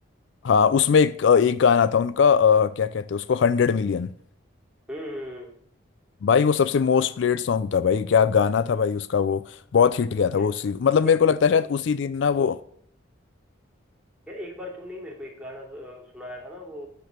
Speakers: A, on the left (about 65°); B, in the centre.
A: हाँ उसमें एक एक गाना था उनका अ, क्या कहते हैं उसको हंड्रेड मिलियन
B: हम्म हम्म,
A: भाई वो सबसे मोस्ट प्लेड सॉन्ग था भाई क्या गाना था भाई उसका वो बहुत हिट गया था
B: यार
A: वो उसी मतलब मेरे
B: यार
A: को लगता
B: एक,
A: है शायद उसी दिन ना वो
B: यार एक बार तूने ही मेरे को एक गाना अ, सुनाया था ना वो